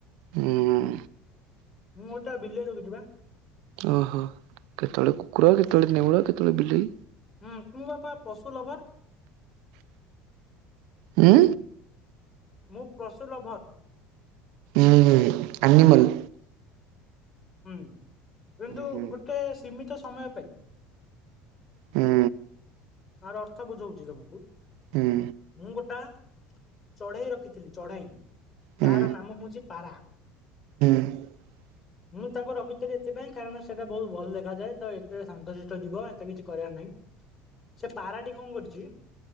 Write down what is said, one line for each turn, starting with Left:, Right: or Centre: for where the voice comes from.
Right: ହୁଁ।
Left: ମୁଁ ତା ବିଲ ଜଗିଚି ବା।
Right: ଓହୋ କେତେବେଳେ କୁକୁର କେତେବେଳେ ନେଉଳ କେତେବେଳେ ବିଲେଇ
Left: ହୁଁ ମୁଁ ବାପା ପଶୁ ଲଭର।
Right: ଉଁ
Left: ମୁଁ ପ୍ରସୁ ଲଭର।
Right: ଉଁ ହୁଁ ଆନିମଲ
Left: ହୁଁ ହୁଁ କିନ୍ତୁ
Right: ହୁଁ
Left: ଗୋଟେ ସୀମିତ ସମୟ ପାଇଁ।
Right: ହୁଁ
Left: ତାର ଅର୍ଥ ବୁଝଉଛି ତମକୁ
Right: ହୁଁ
Left: ମୁଁ ଗୋଟା ଚଢେଇ ରଖିଥିଲି ଚଢେଇ
Right: ହୁଁ
Left: ଚାହାର ନାମ ହୋଉଚି ପାରା
Right: <inaudible>
Left: ମୁଁ ତାକୁ ରଖିଥିଲି ଏଥିପାଇଁ କାରଣ ସେଟ ବହୁତ ଭଲ ଦେଖାଯାଏ ତ ଏତ ଶାନ୍ତଶିଷ୍ଟ ଯିବ ଏତେ କିଛି କରିବାର ନାହିଁ। ସେ ପାରାଟି କଣ କରିଚି